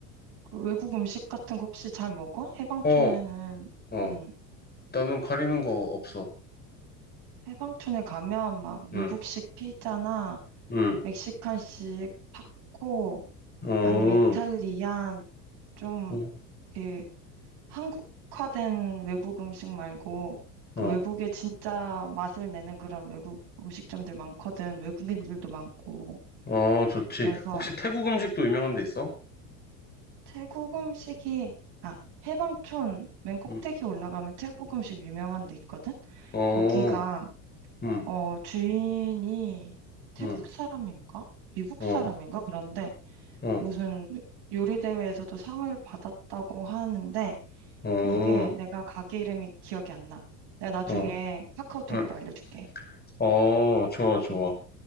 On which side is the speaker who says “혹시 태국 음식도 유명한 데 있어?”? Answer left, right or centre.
Left